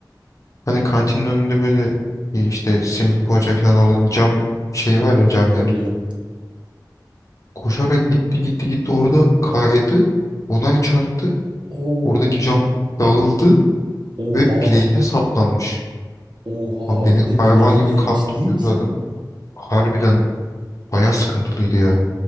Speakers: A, on the left; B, on the right.
A: Hani kantinin önünde böyle e, işte simit poğaça falan olan cam şey var ya cam
B: bildim
A: yer.
B: bildim.
A: Koşarak gitti gitti gitti orada kaydı. Ona çarptı.
B: Oo,
A: Oradaki cam dağıldı
B: oha
A: ve bileğine saplanmış.
B: oha
A: Abi beni
B: bir de
A: hayvan
B: bileği
A: gibi
B: ne
A: kan
B: ciddi
A: tutuyor
B: misin?
A: zaten. Harbiden bayağı sıkıntılıydı ya.